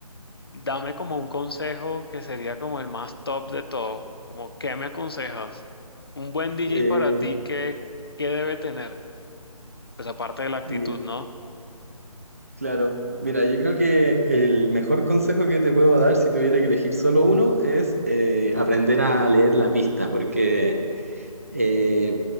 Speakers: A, on the left; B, on the right.
A: dame como un consejo que sería como el más top de todo. Como, ¿qué me aconsejas? Un buen DJ
B: Eh,
A: para ti, ¿qué, qué debe tener? Pues aparte de la actitud,
B: mira,
A: ¿no?
B: Claro, mira, yo creo que el mejor consejo que te puedo dar si tuviera que elegir solo uno es eh, aprender a leer la pista, porque eh,